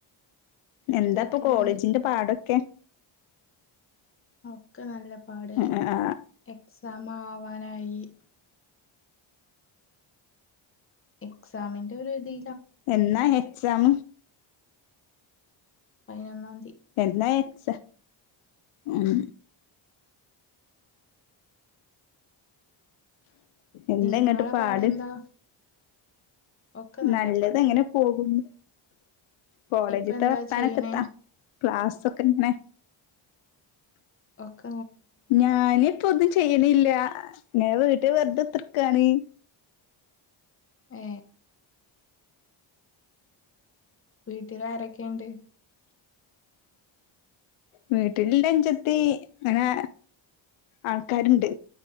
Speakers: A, on the left (about 80°); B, on the left (about 25°).
A: എന്താപ്പൊ
B: വീട്ടിലുണ്ട്
A: കോളേജിന്റെ പാടൊക്കെ
B: ഒക്കെ നല്ല പാട്
A: ആഹ്
B: എക്സാം ആവാനായി എക്സാമിൻ്റൊരുതി
A: എന്നാ എക്സാം
B: പയ്നോന്നാന്തി
A: എന്നാ എക്സാ ഉം എന്താങ്ങട്ട്
B: നിങ്ങളെ
A: പാട്
B: പാടെന്താ ഒക്കെ നല്ല
A: നല്ലത്
B: പാട്
A: ങ്ങനെ പോകുന്നു കോളേജ്ത്തെ
B: ഇപ്പൊ എന്താ
A: വർത്താനൊക്കെ
B: ചെയ്യണേ
A: ത്താ ക്ലാസ്സൊക്കെ ങ്ങനെ
B: ഒക്ക്
A: ഞാന്പ്പൊന്നും ചെയ്യണില്ല ങ്ങനെ വീട്ടിൽ വെറുതെതൃക്കാണ്
B: ഏ വീട്ടില് ആരൊക്കെണ്ട്
A: വീട്ടില് ന്റെ അഞ്ചെത്തി അങ്ങനെ ആൾക്കാരുണ്ട്